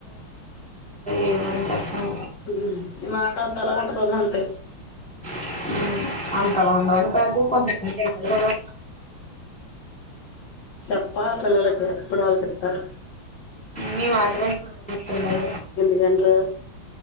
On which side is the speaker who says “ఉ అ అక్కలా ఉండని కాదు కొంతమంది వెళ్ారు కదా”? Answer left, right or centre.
Centre